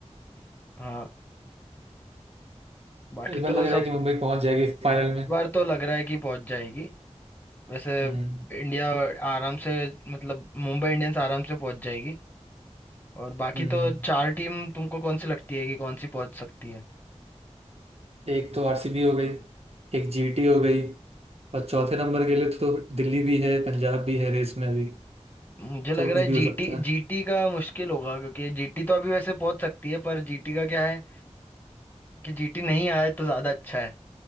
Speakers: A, on the left (about 15°); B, on the right (about 60°).
A: हाँ बाकी
B: इस बार
A: तो
B: लग
A: सब
B: रहा है कि मुंबई पहुंच जाएगी फाइनल में
A: बार तो लग रहा है कि पहुंच जाएगी वैसे
B: हम्म
A: इंडिया आराम से मतलब मुंबई इंडियंस आराम से पहुंच जाएगी और बाकी
B: हम्म
A: तो चार टीम तुमको कौन सी लगती है कि कौन सी पहुंच सकती है
B: एक तो आरसीबी हो गई एक जीटी हो गई और चौथे नंबर के लिए तो दिल्ली भी है पंजाब भी है रेस में अभी
A: मुझे लग
B: तो
A: रहा
B: कुछ
A: है
B: भी
A: जीटी
B: हो सकता है
A: जीटी का मुश्किल होगा क्योंकि जीटी तो अभी वैसे पहुंच सकती है पर जीटी का क्या है कि जीटी नहीं आए तो ज्यादा अच्छा है